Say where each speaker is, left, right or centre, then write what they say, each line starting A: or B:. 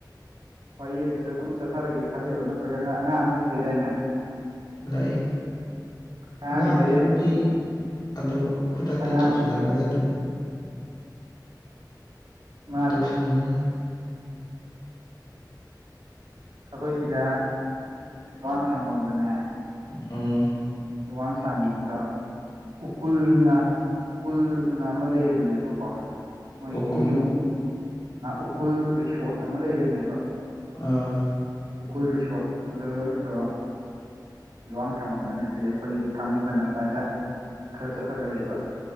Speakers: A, on the right; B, on the left.
A: ꯋꯥꯔꯤ ꯑꯗꯨꯗ ꯑꯗꯨꯝ ꯆꯠꯊꯔꯒꯦ ꯈꯜꯂꯤꯔꯣ ꯅꯠꯇ꯭ꯔꯒꯅ ꯑꯉꯥꯡ ꯑꯃꯁꯨ ꯂꯩꯗꯥꯏꯅꯦ
B: ꯂꯩ
A: ꯑꯉꯥꯡꯗꯨꯗꯤ
B: ꯑꯉꯥꯡꯗꯨꯕꯨꯗꯤ ꯑꯗꯨ ꯈꯨꯗꯛꯇ
A: ꯑꯉꯥꯡ
B: ꯇꯧꯁꯤꯟꯅꯔꯒ ꯑꯗꯨꯝ
A: ꯃꯥꯁꯨ
B: ꯇꯧꯁꯟꯅꯔꯥ
A: ꯑꯩꯈꯣꯏ ꯁꯤꯗ ꯂꯋꯥꯡ ꯁꯪꯐꯝꯗꯨꯅꯦ
B: ꯎꯝ
A: ꯂꯨꯋꯥꯡ ꯁꯥꯥꯡꯃꯝꯗ ꯎꯀꯨꯜꯅ ꯎꯀꯨꯜꯅ ꯑꯃ ꯂꯩꯌꯦꯕꯅꯦꯕꯀꯣ ꯃꯣꯏꯒꯤ
B: ꯎꯀꯨꯜ
A: ꯌꯨꯝ ꯎꯀꯨꯜ ꯔꯤꯁꯣꯠ ꯑꯃ ꯂꯩꯕꯅꯦꯕ
B: ꯑꯥ
A: ꯎꯀꯨꯜ ꯔꯤꯁꯣꯔꯠ ꯑꯗꯨꯗꯣ ꯌꯨꯋꯥꯡ ꯁꯥꯡꯃꯝꯅ ꯑꯩꯈꯣꯏꯒꯤ ꯊꯥꯡꯃꯩꯕꯟ ꯑꯁ꯭ꯋꯥꯏꯗ ꯈꯔ ꯆꯠꯂꯒ ꯂꯩꯕ